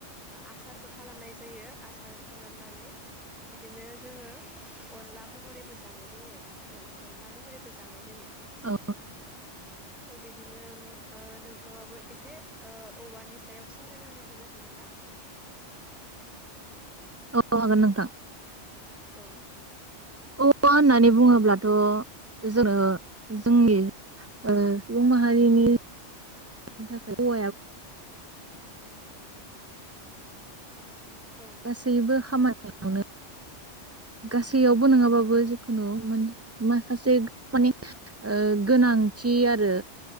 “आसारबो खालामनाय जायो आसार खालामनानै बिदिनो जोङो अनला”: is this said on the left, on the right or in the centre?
Centre